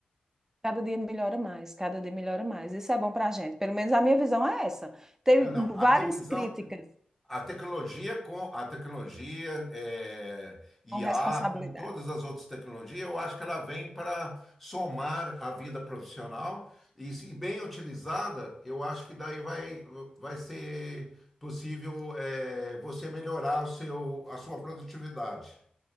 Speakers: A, on the right; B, in the centre.
A: Cada dia melhora mais, cada dia melhora mais. Isso é bom para a gente. Pelo menos a minha visão é essa. Tem
B: É, Não, a
A: várias
B: minha visão,
A: críticas
B: a tecnologia com a tecnologia é, IA,
A: com responsabilidade.
B: como todas as outras tecnologias, eu acho que ela vem para somar a vida profissional e, se bem utilizada, eu acho que daí vai, vai ser possível é, você melhorar o seu, a sua produtividade.